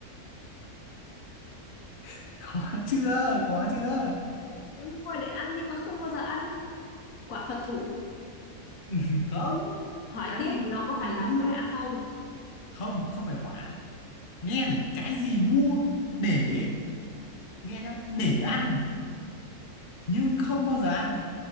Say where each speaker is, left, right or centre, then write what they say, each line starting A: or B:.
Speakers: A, on the left (about 40°); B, on the left (about 70°).
A: <laughs> Khó chưa? Khó chưa?
B: Đúng rồi để ăn nhưng mà không bao giờ ăn quả Phật thủ
A: <laughs> Không,
B: hỏi
A: cái
B: tiếp
A: gì
B: nó
A: con
B: có
A: người
B: phải là
A: mua?
B: quả không
A: Không, không phải quả. Nghe này, cái gì mua để nghe nhá, để ăn nhưng không bao giờ ăn.